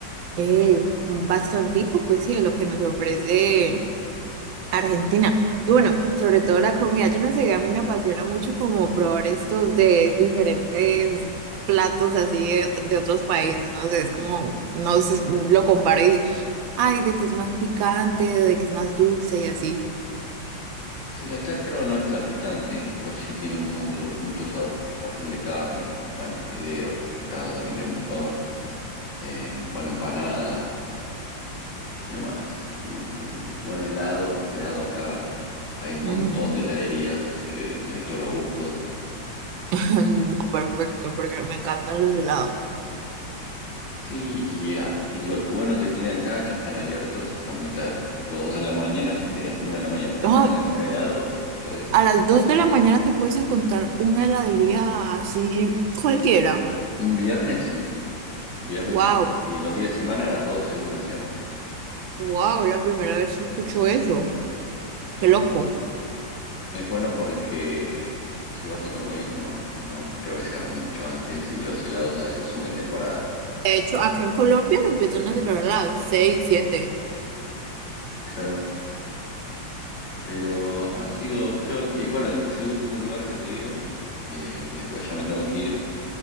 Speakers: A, on the right (about 80°); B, on the left (about 60°).
A: eh, bastantico, pues sí, de lo que nos ofrece Argentina. Y bueno, sobre todo la comida, yo no sé, a mí me apasiona mucho como probar estos de diferentes platos así de, ot- de otros países, no sé, es como, no sé, lo comparo y, ay, de que es más picante, de que es más dulce y así.
B: Sí, acá creo no es tan picante, pero sí tiene mucho, mucho sabor, tipo pastel de carne, bueno, fideos, pescado también tiene un montón, eh, bueno, empanadas. ¿Qué más? ¿Qué más tenemos? Bueno, helado, helado acá. Hay un montón
A: Mm.
B: de heladerías, así que tenés todos los gustos.
A: <laughs>
B: Eh,
A: No, Perfecto, porque me encantan los helados.
B: sí, y, a- y lo bueno que tiene acá es que están abiertos hasta muy tarde, tipo 2 de la mañana. Si tenés una de la mañana tenés
A: No,
B: ganas de comer helado, podés.
A: a las 2 de la mañana te puedes encontrar una heladería así cualquiera.
B: Un viernes sí, viernes
A: Wow,
B: sí. Y los días de semana a las 12 una cierran.
A: wow, la primera vez que escucho eso. Qué loco.
B: Sí, es bueno porque si vas a otro país no, no creo que cierran mucho antes y los helados a veces son de temporada.
A: De hecho, acá en Colombia lo empiezan a cerrar a las 6, 7.
B: Claro. Pero ha sido, creo que, bueno, después el último lugar que te digo, eh, y después ya me tengo que ir,